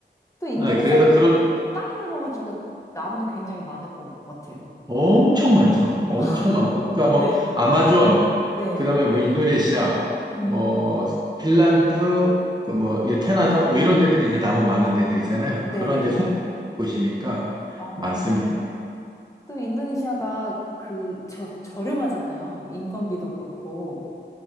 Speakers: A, on the left; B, on the right.
A: 또 인도네시아는
B: 네, 그래서 그런,
A: 땅이 넓어가지고 나무도 굉장히 많을 것 같아요.
B: 엄청 많죠. 엄청
A: <laughs>
B: 많고. 그러니까 뭐,
A: 네,
B: 아마존,
A: 네,
B: 그 다음에 뭐, 인도네시아,
A: 음,
B: 뭐, 핀란드, 그 뭐, 이 캐나다,
A: 네,
B: 뭐, 이런 데들이 이제 나무 많은 데들이잖아요.
A: 네,
B: 그런
A: 네.
B: 이제 손꼽히는 곳이니까
A: 어,
B: 많습니다.
A: 또 인도네시아가 그, 저, 저렴하잖아요. 인건비도 그렇고.